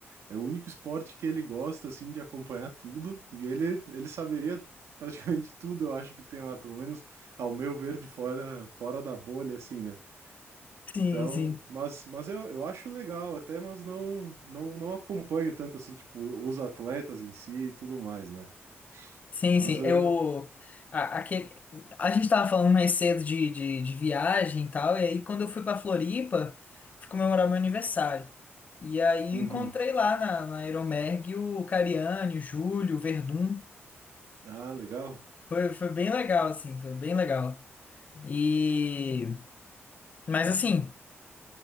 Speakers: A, on the right (about 80°); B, on the left (about 35°).
A: É o único esporte que ele gosta assim de acompanhar tudo e ele ele saberia Praticamente <laughs> tudo eu acho que tem lá, pelo menos ao meu ver de fora, fora da bolha, assim, né?
B: sim,
A: Então,
B: sim.
A: mas, mas eu, eu acho legal até, mas não, não, não acompanho tanto assim, tipo, os atletas em si e tudo mais, né?
B: Sim,
A: Mas
B: sim.
A: eu...
B: Eu, a, aquele, a gente tava falando mais cedo de, de, de viagem e tal, e aí quando eu fui pra Floripa, fui comemorar meu aniversário. E aí
A: Uhum.
B: eu encontrei lá na, na Aeromerg o Cariani, o Júlio, o Verdun.
A: Ah, legal.
B: Foi, foi bem legal, assim, foi bem legal. E, mas assim,